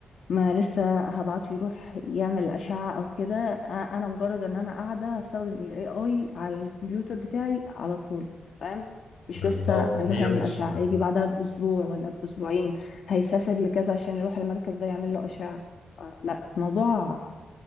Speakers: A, on the left; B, on the left.
A: ما لسه هبعته يروح يعمل أشعة او كده أ- انا مجرد ان انا قاعدة هستخدم ال AI على الكمبيوتر بتاعي على طول فاهم مش
B: بالظبط
A: لسه هيروح
B: هي
A: يعمل
B: مش
A: أشعة هيجي بعدها بأسبوع ولا بأسبوعين هيسافر لكذا عشان يروح المركز ده يعمل له أشعة آه، لا الموضوع